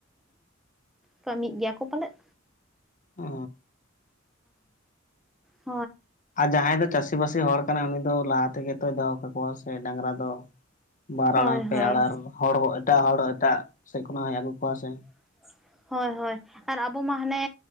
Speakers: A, in the centre; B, on the left.
A: ᱠᱟᱹᱢᱤ ᱮᱫ ᱜᱮᱭᱟ ᱠᱚ ᱯᱟᱞᱮᱫ
B: ᱚ
A: ᱚ
B: ᱟᱨ ᱡᱟᱦᱟᱸᱭ ᱫᱚ ᱪᱟᱹᱥᱤᱵᱟᱹᱥᱤ ᱦᱚᱲ ᱠᱟᱱᱟᱭ ᱩᱱᱤ ᱫᱚ ᱞᱟᱦᱟ ᱛᱮᱜᱮ ᱛᱚᱭ ᱫᱚᱦᱚ ᱠᱟᱠᱚᱣᱟ ᱥᱮ ᱰᱟᱝᱨᱟ ᱫᱚ ᱵᱟᱨ
A: ᱦᱳᱭ
B: ᱟᱲᱟᱨ ᱯᱮ
A: ᱦᱳᱭ
B: ᱟᱲᱟᱨ ᱦᱚᱲ ᱦᱚᱸ ᱮᱴᱟᱜ ᱦᱚᱲ ᱮᱴᱟᱜ ᱥᱮᱫ ᱠᱷᱚᱱᱟᱜ ᱦᱚ ᱟᱹᱜᱩ ᱠᱚᱣᱟ ᱥᱮ
A: <unintelligible> ᱦᱳᱭ ᱦᱳᱭ ᱟᱨ ᱟᱵᱚ ᱢᱟ ᱦᱟᱱᱮ